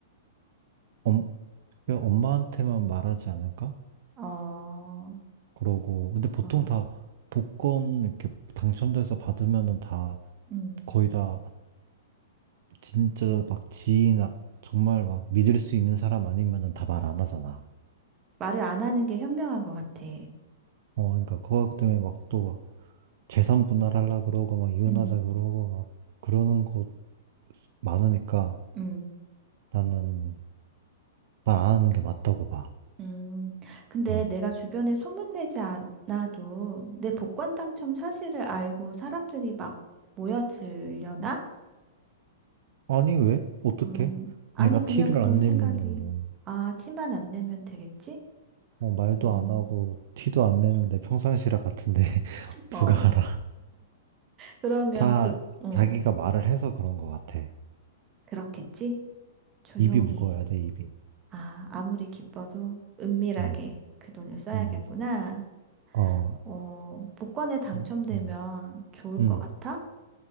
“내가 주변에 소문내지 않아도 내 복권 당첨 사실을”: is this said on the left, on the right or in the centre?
Right